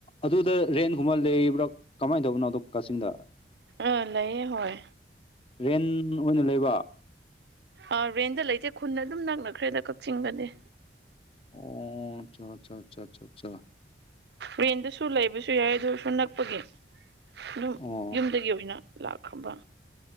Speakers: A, on the left (about 30°); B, on the right (about 70°).
A: ꯑꯗꯨꯗ ꯔꯦꯟꯒꯨꯝꯕ ꯂꯩꯕ꯭ꯔꯥ ꯀꯃꯥꯏꯅ ꯇꯧꯕꯅꯣ ꯑꯗ ꯀꯛꯆꯤꯡꯗ
B: ꯑꯥ ꯂꯩꯑꯦ ꯍꯣꯏ
A: ꯔꯦꯟ ꯑꯣꯏꯅ ꯂꯩꯕ
B: ꯑ ꯔꯦꯟꯗ ꯂꯩꯇꯦ ꯈꯨꯟꯗ ꯑꯗꯨꯝ ꯅꯛꯅꯈ꯭ꯔꯦꯗ ꯀꯛꯆꯤꯡꯗꯗꯤ
A: ꯑꯣ ꯑꯆꯥ ꯑꯆꯥ ꯑꯆꯥꯆꯥ ꯆꯥ
B: ꯔꯦꯟꯗꯁꯨ ꯂꯩꯕꯁꯨ ꯌꯥꯏ ꯑꯗꯨꯁꯨ ꯅꯛꯄꯒꯤ ꯑꯗꯨꯝ
A: ꯑꯣ
B: ꯌꯨꯝꯗꯒꯤ ꯑꯣꯏꯅ ꯂꯥꯛꯈ꯭ꯔꯕ